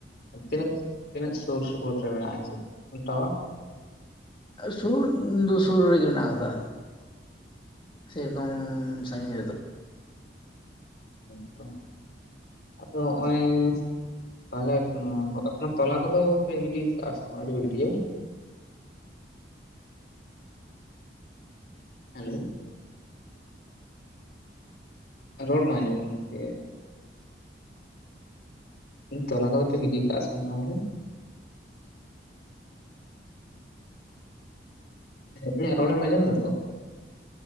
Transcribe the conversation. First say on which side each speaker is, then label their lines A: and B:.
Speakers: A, on the left (about 60°); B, on the left (about 30°).
A: ᱛᱤᱱᱟᱹᱜ ᱛᱤᱱᱟᱹᱜ ᱥᱩᱨ ᱥᱩᱯᱩᱨ ᱨᱮ ᱢᱮᱱᱟᱜᱼᱟ ᱡᱮ ᱴᱟᱣᱟᱨ
B: ᱥᱩᱨ ᱫᱚ ᱥᱩᱨ ᱨᱮᱜᱮ ᱢᱮᱱᱟᱜ ᱟᱠᱟᱫᱟ ᱥᱮᱨᱚᱠᱚᱢ ᱥᱟᱺᱜᱤᱧ ᱨᱮᱫᱚ
A: ᱚ ᱛᱚ ᱟᱫᱚ ᱱᱚᱜᱼᱚᱭ ᱛᱟᱦᱚᱞᱮ ᱟ ᱛᱚᱞᱟ ᱠᱚᱫᱚ ᱯᱮ ᱜᱤᱰᱤ ᱠᱟᱜ-ᱟ ᱥᱮ ᱵᱟᱝ ᱟᱹᱣᱨᱤ ᱯᱮ ᱜᱤᱰᱤᱭᱟ ᱵᱟᱝ ᱦᱮᱞᱳ ᱨᱚᱲ ᱵᱟᱝ ᱟᱡᱚᱢᱚᱜ ᱠᱟᱱᱟ ᱜᱚᱝᱠᱮ ᱤᱧ ᱛᱚᱞᱟ ᱠᱚᱫᱚ ᱯᱮ ᱜᱤᱰᱤ ᱠᱟᱜᱼᱟ ᱥᱮ ᱵᱟᱝ ᱛᱟᱦᱚᱞᱮ ᱤᱧᱟᱹᱜ ᱨᱚᱲᱢᱮ ᱟᱸᱡᱚᱢ ᱫᱟᱛᱚ